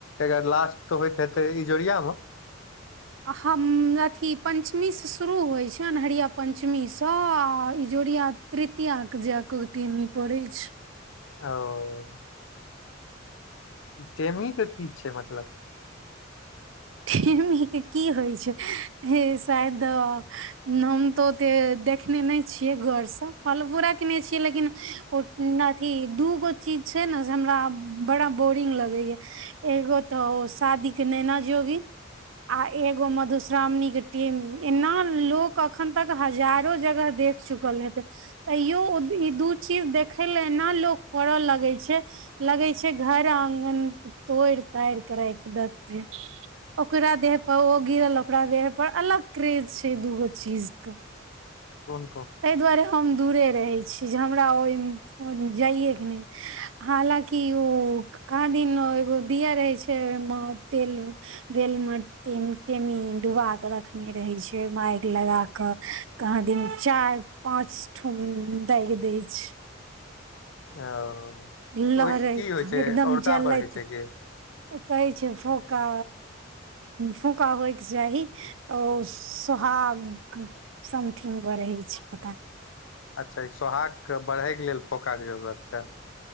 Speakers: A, on the left; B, on the right.
A: एखर लास्ट होइत हायत के इजरिया मे
B: हम अथी पञ्चमीसँ शुरू होइ छनि अनहरिया पञ्चमीसँ आ ईजोरिया तृतया के जााकऽ टेमी पड़ै छै
A: ओ टेमी के की छै मतलब
B: टेमीक के की होइ छै ह शायद हम तऽ ओते देखने नहि छियै गोरसँ फलबो रखने छियै लेकिन ओ अथी दूगो चीज छै ने से हमरा बड़ा बोरिंग लगैया एगो तो ओ शादी के नेैना जोगिन आ एगो मधुश्रावणी के टेमी एना लोक अखन तक हजारो जगह देख चुकल हेतै तैयो ई दू चीज देखे ल एना लोक करऽ लगै छै लगै छै घर आङगन तोड़ि ताड़ि कऽ राखि देते ओकरा देह पर ओ गिरल ओकरा देह पर अलग क्रेज छै दूगो चीज के
A: कोन कोन
B: ताहि दुआरे हम दूरे रहै छी जे हमरा ओहिमे जाइएके नहि हालकि ओ कहा दिन एगो दिया रहे छै ओहिमे तेल तेल मेे टेमी डुबा के रखने रहे छै मारि लगा क कहाँ दिन चार पाँच ठुम दागि दै छै
A: ओ
B: लहड़ैत
A: ओहिसँ की होइ छै
B: एकदम
A: औरदा
B: जलैत
A: बढ़ै छै कि
B: कहै छै फोका फोका होइके चाही ओ तऽ सोहाग समथिंग बढ़ै छै पता
A: अच्छा ई सोहााग के बढ़े के लेल फोका के जरूरत छै